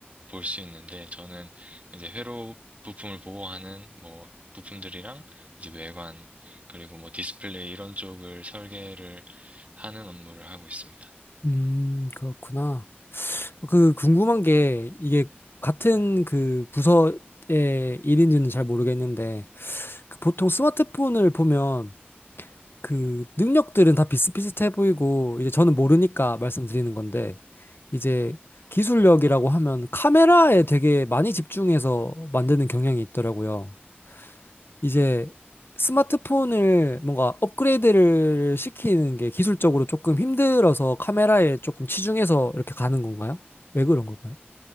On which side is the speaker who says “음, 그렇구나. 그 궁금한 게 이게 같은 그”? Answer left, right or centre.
Left